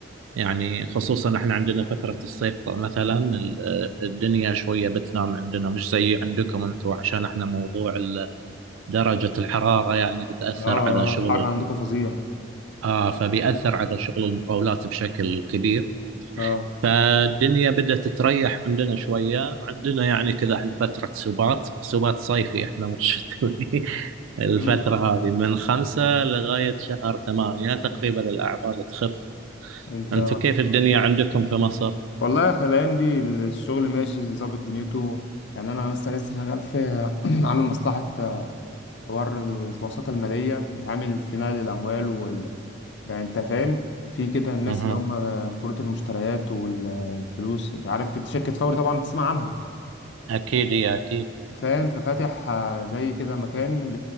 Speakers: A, on the right (about 85°); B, on the left (about 60°).
A: يعني خصوصا احنا عندنا فترة الصيف ط- مثلا ال- الدنيا شوية بتنام عندنا مش زي عندكم انتم عشان احنا موضوع ال- درجة الحرارة يعني بتأثر
B: اه
A: على شغل
B: اه الحر عندكم فظيع
A: آه فبيأثر على شغل المقاولات بشكل كبير
B: اه
A: فالدنيا بدأت تريح عندنا شوية عندنا يعني كذا احنا فترة سبات سبات صيفي احنا مش شتوي <laughs> الفترة
B: امم
A: هذه من خمسة لغاية شهر ثمانية تقريبا الأعمال تخف
B: انت
A: أنتم كيف الدنيا عندكم في مصر؟
B: والله احنا الايام دي الشغل ماشي ظابط دنيته يعني انا مثلا لسه شغال في <clears throat> عامل مصلحة حوار المؤسسات المالية بتعامل في نقل الاموال وال يعني انت فاهم في كده الناس
A: اها
B: اللي هم كروت المشتريات والفلوس مش عارف انت شركة فوري طبعا تسمع عنها
A: أكيد هي أكيد
B: فاهم ففاتح آه، زي كده مكان